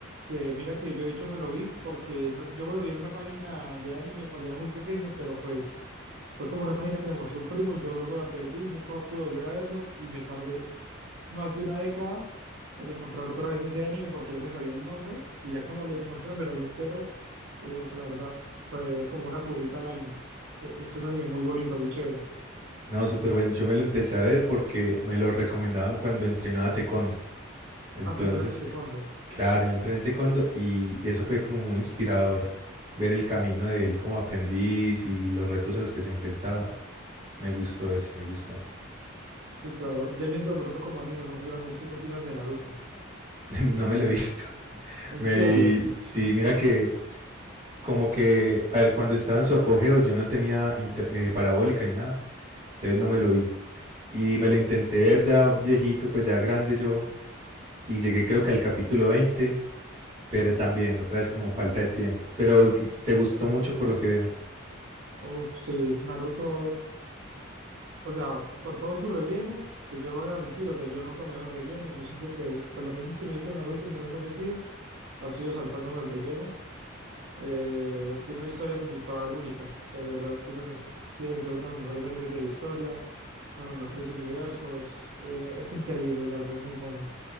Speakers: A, on the right; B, on the right.
A: Que mira que yo de hecho me lo vi porque no- yo me lo vi en una página de anime cuando era muy pequeño, pero pues fue como una página que me mostró un primo, yo luego la perdí, nunca pude volver a verlo y me tardé más de una década en encontrar otra vez ese anime porque no me sabía el nombre y ya cuando lo encontré me lo vi entero y uf, la verdad fue como una curita al alma. Eh, Es un anime muy bonito, muy chévere.
B: No, súper bueno. Yo me lo empecé a ver porque me lo recomendaban cuando entrenaba taekwondo. Entonces,
A: Ah, tú tienes que te cuento.
B: claro, yo entrené taekwondo y eso fue como muy inspirador ver el camino de él como aprendiz y los retos a los que se enfrentaba. Me gustó ese, me gustó.
A: Sí, claro. Ya yendo de pronto como animes más grandes, ¿tú qué opinas de Naruto?
B: <laughs> No me lo he visto. <laughs>
A: En
B: Me
A: serio.
B: vi, sí, mira que como que, a ver, cuando estaba en su apogeo yo no tenía inter- eh, parabólica ni nada, entonces no me lo vi. Y me lo intenté ver ya viejito, pues ya grande yo, y llegué creo que al capítulo 20. pero también otra vez como falta de tiempo. Pero que- te gustó mucho por lo que veo.
A: Uf, sí, Naruto, o sea, con todo su relleno, que yo no voy a mentir, o sea, yo nunca me veo el relleno. Yo siempre que, pues las veces que me he visto Naruto y me lo he repetido, ha sido saltándome el relleno. Eh, tiene una historia principal única. O sea, de verdad, siento que es- tiene que ser uno de los mejores animes de la historia, uno de los mejores universos. Eh, es increíble, la verdad, es muy bueno.